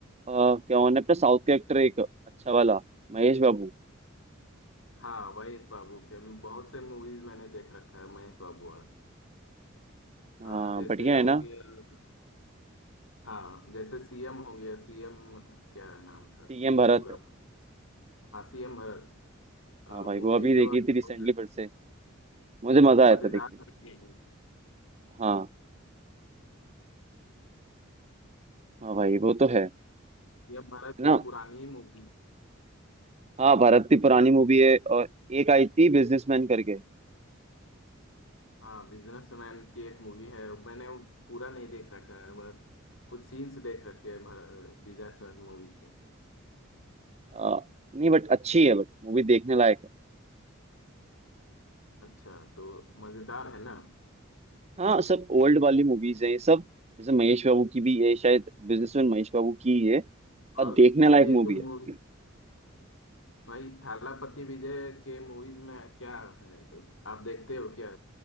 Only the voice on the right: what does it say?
अ, क्या होने अपना साउथ के एक्टर एक अच्छा वाला महेश बाबू
हाँ
बढ़िया
है ना
सीएम
भरत
हाँ भाई
वो अभी देखी
थी
रिसेंटली
फिर से मुझे मजा आया
था देख के
हाँ हाँ भाई वो तो है है
ना
हाँ भारत की पुरानी मूवी है और एक आई थी बिजनेसमैन करके
आ, नहीं बट अच्छी है बट मूवी देखने लायक है
हाँ सब ओल्ड वाली मूवीज हैं ये सब जैसे महेश बाबू की भी ये शायद बिजनेसमैन महेश बाबू की ही है
और देखने लायक
मूवी
है